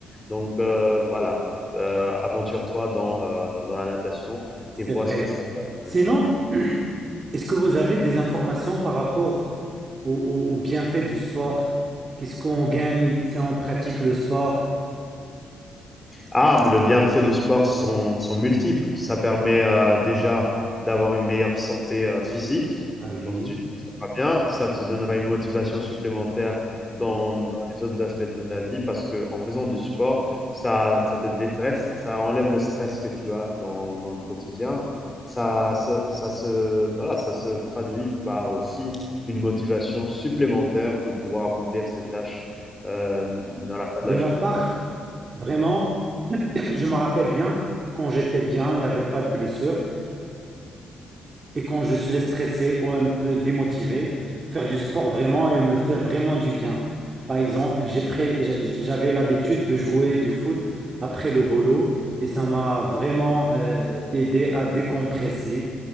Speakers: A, on the left; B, on the right.
A: Donc, euh, voilà, euh, aventure-toi dans, euh, dans la natation
B: C'est
A: et vois
B: vrai.
A: ce que ça pourrait te
B: Sinon,
A: donner.
B: est-ce que vous avez des informations par rapport au, au- au bienfait du sport? Qu'est-ce qu'on gagne si on pratique le sport?
A: Ah, mais le bienfait du sport sont, sont multiples. Ça permet euh, déjà d'avoir une meilleure santé euh, physique,
B: Ah oui.
A: donc tu te sentiras bien. Ça te donnera une motivation supplémentaire dans,
B: oui.
A: dans les autres aspects de ta vie parce que en faisant du sport, ça, ça te détresse, ça enlève le stress que tu as dans, dans le quotidien. Ça, se- ça, se, voilà, ça se traduit par aussi une motivation supplémentaire pour pouvoir accomplir ses tâches euh, dans la fin
B: De
A: de la
B: ma
A: journée.
B: part. Vraiment, <clears throat> je me rappelle bien, quand j'étais bien, il n'y avait pas de blessure. Et quand je suis stressé ou un peu démotivé, faire du sport vraiment, il me fait vraiment du bien. Par exemple, j'ai pré- j'a- j'avais l'habitude de jouer du foot après le boulot et ça m'a vraiment euh, aidé à décompresser